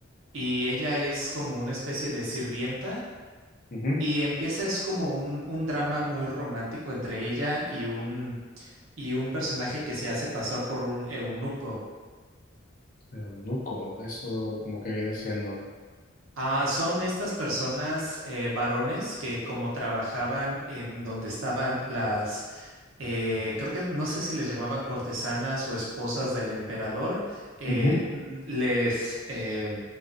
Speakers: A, on the right (about 80°); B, on the left (about 45°).
A: y ella es como una especie de sirvienta
B: ujú.
A: y empieza es como un, un drama muy romántico entre ella y un, y un personaje que se hace pasar por un eunuco.
B: Eunuco, eso como que viene siendo.
A: Ah, son estas personas eh, varones que como trabajaban en donde estaban las, eh, creo que no sé si les llamaban cortesanas o esposas del emperador, eh,
B: Ujú,
A: n- les eh,